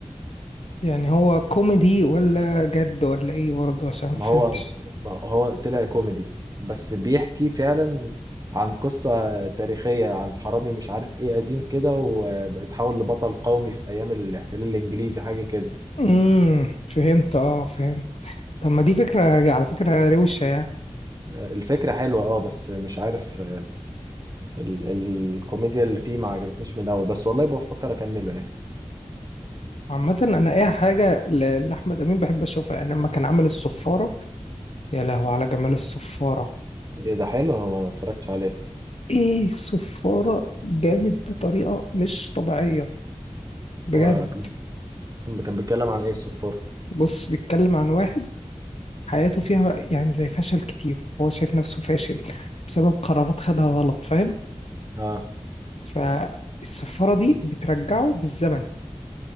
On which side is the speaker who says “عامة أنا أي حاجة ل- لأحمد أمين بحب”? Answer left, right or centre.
Left